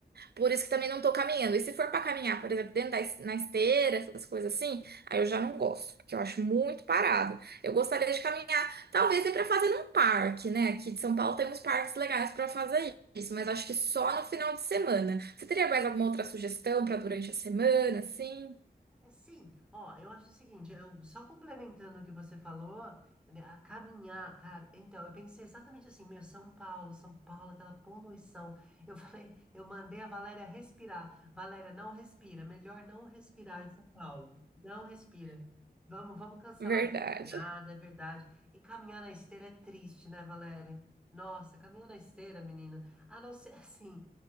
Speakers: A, on the right; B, in the centre.
A: Por isso que também não tô caminhando. E se for pra caminhar, por exemplo, dentro da, es- na esteira, essas coisas assim, aí eu já não gosto, porque eu acho muito parado. Eu gostaria de caminhar, talvez ir pra fazer num parque, né? Aqui de São Paulo tem uns parques legais pra fazer isso, mas acho que só no final de semana. Você teria mais alguma outra sugestão pra durante a semana, assim?
B: É, Sim, ó, eu acho o seguinte, eu só complementando o que você falou, né, a caminhar, cara, então, eu pensei exatamente assim, meu, São Paulo, São Paulo, aquela poluição, eu <laughs> falei, eu mandei a Valéria respirar, Valéria, não respira, melhor não respirar em São Paulo, não respira, vamos, vamos cancelar
A: Verdade.
B: essa caminhada, é verdade, e caminhar na esteira é triste, né, Valéria? Nossa, caminhar na esteira, menina, a não ser <laughs> assim,